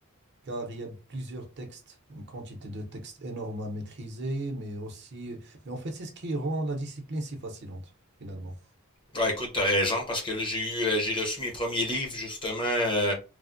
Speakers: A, on the right (about 50°); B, on the left (about 25°).
A: car il y a plusieurs textes, une quantité de textes énorme à maîtriser, mais aussi... Mais en fait, c'est ce qui rend la discipline si fascinante, finalement.
B: Ouais, écoute, t'as raison, parce que là, j'ai eu, euh, j'ai reçu mes premiers livres, justement, euh,